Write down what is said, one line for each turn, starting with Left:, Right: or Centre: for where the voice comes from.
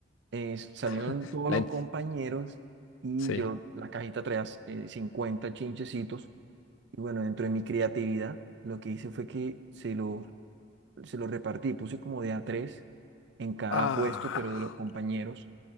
Right: Eh, salieron
Left: <laughs>
Right: todos
Left: La
Right: los
Left: in-
Right: compañeros y
Left: Sí.
Right: yo, la cajita traía eh, 50 chinchecitos y bueno, dentro de mi creatividad, lo que hice fue que se los, se los repartí, puse como de a tres en cada
Left: Ah,
Right: puesto, pero de los compañeros